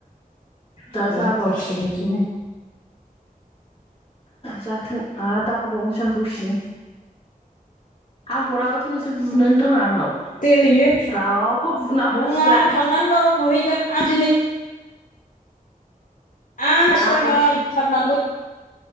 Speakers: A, on the left; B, on the left.
A: दा
B: जाथारसिगोनसो
A: जाबाब बेनो हनै
B: नै
A: जाथों आरो दााहरबावगोन। गासिनो आं गराबाथ' नोंसोर बुनोनो रोङा आंनाव।
B: दनैनो
A: रावबो बुना हरस्राया
B: रोङा आं थांनानैबाबो बुहैगोन आं दिनै आं सियथारनानैबो
A: आंल'सो